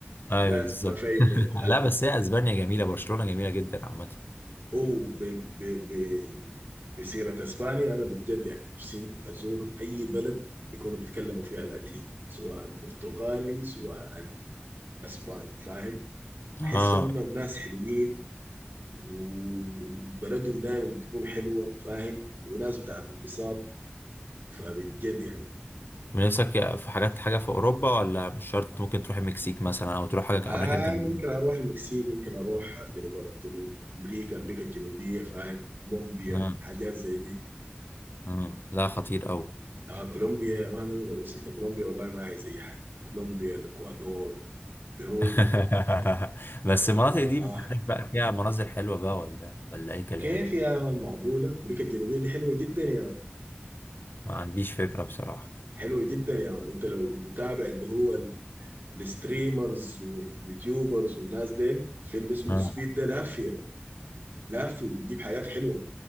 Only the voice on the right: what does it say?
لازم
ما في اثنين
ثلاثه
هو ب... ب... ب... بسيره اسبانيا انا بجد يعني نفسي ازور اي بلد يكونوا بيتكلموا فيها لاتيني سواء برتغالي سواء اسباني فاهم تحس
انهم ناس حلوين وبلدهم دايما بتكون حلوه فاهم وناس بتاعت انبساط فبجد يعني
آه
ممكن اروح المكسيك ممكن اروح جنوب جنوب امريكا امريكا الجنوبيه فاهم كولومبيا
حاجات زي دي
آه كولومبيا ما انا لو وصلت كولومبيا والله ما عايز اي حاجه كولومبيا الاكوادور بيرو
آه
كيف يا مان معقولة أمريكا الجنوبية دي حلوة جدا يا مان.
حلوة جدا يا مان أنت لو متابع اللي هو الستريمرز واليوتيوبرز والناس ديل في اللي اسمه
سبيد ده لافية لافي وبيجيب حاجات حلوة